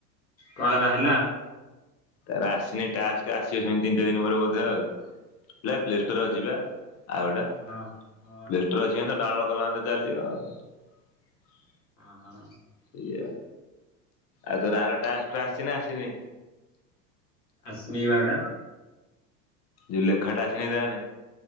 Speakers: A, on the left; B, on the left.
A: କଣ ହେଲା ହେଲା?
B: ତାର ଆସିନି ଟାସ୍କ ଆସିବ ସେମତି ତିନ ଚାରି ଦିନ ପରେ ବୋଧେ ଆଉ। ପ୍ଲେ ପ୍ଲେ ଷ୍ଟୋରରେ ଅଛି ବା ଆଉ ଗୋ।
A: ହଁ ହଁ
B: ପ୍ଲେ ଷ୍ଟୋରରେ ଅଛି ମାନେ ଡାଉନଲୋଡ କଲା ମାନେ ଚାଲିବ ଆଉ।
A: ଅ ହଁ।
B: ସେଇଆ ଆଉ ଆଉ ତୋର ଆର ଟାସ୍କରୁ ଆସିଛି ନା ଆସିିନି?
A: ଆସିନି ବା ଏଇଟା।
B: ଯୋଉ ଲେଖାଟା ଆସିନେଇ ତାମାନେ!